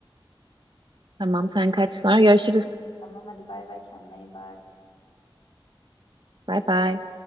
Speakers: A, on the right; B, on the left.
A: Tamam sen kaç sonra görüşürüz.
B: Tamam hadi bay bay kendine iyi bak.
A: Bay bay.